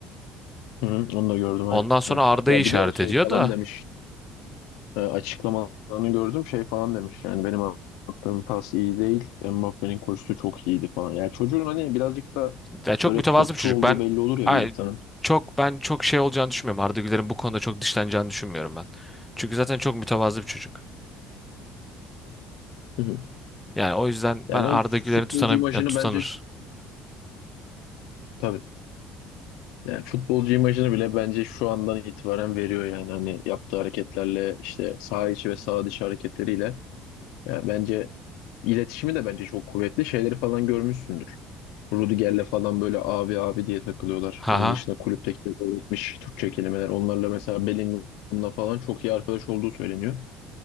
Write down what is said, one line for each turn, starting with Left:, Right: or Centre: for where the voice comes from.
Left: Hı hı, onu da gördüm
Centre: Ondan
Left: aynen.
Centre: sonra Arda'yı
Left: Ya
Centre: işaret
Left: bir de şey
Centre: ediyor
Left: falan
Centre: da
Left: demiş. e, açıklamalarını gördüm şey falan demiş yani benim attığım pas iyi değil Mbappé'nin koşusu çok iyiydi falan. Yani çocuğun hani birazcık da
Centre: yani çok
Left: böyle
Centre: mütevazı
Left: topçu
Centre: bir çocuk.
Left: olduğu
Centre: Ben
Left: belli olur ya
Centre: ay
Left: bir insanın.
Centre: çok ben çok şey olacağını düşünmüyorum. Arda Güler'in bu konuda çok dışlanacağını düşünmüyorum ben. Çünkü zaten çok mütevazı bir çocuk.
Left: Hı hı.
Centre: Yani o yüzden
Left: Yani
Centre: ben Arda
Left: o futbolcu
Centre: Güler'i tutana,
Left: imajını
Centre: yani tutanır.
Left: bence şu, tabii yani futbolcu imajını bile bence şu andan itibaren veriyor yani hani yaptığı hareketlerle işte saha içi ve saha dışı hareketleriyle. Yani bence iletişimi de bence çok kuvvetli şeyleri falan görmüşsündür. Rudiger'le falan böyle abi abi diye takılıyorlar.
Centre: Haha.
Left: Onun dışında kulüpteki öğretmiş Türkçe kelimeler. Onlarla mesela Bellingham'la falan çok iyi arkadaş olduğu söyleniyor.